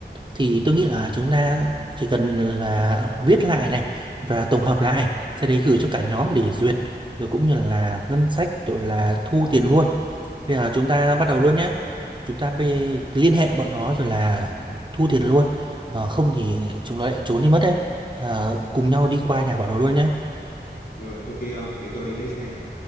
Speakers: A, on the right; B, on the left.
A: thì tôi nghĩ là chúng ta chỉ cần là viết lại này và tổng hợp lại sau đấy gửi cho cả nhóm để duyệt rồi cũng như là ngân sách rồi là thu tiền luôn bây giờ chúng ta bắt đầu luôn nhé chúng ta bê- liên hệ bọn nó rồi là thu tiền luôn Ờ, không thì chúng nó lại trốn đi mất đấy Ờ, cùng nhau đi qua nhà bọn nó luôn nhé
B: rồi ok ông để tôi đi lấy xe đã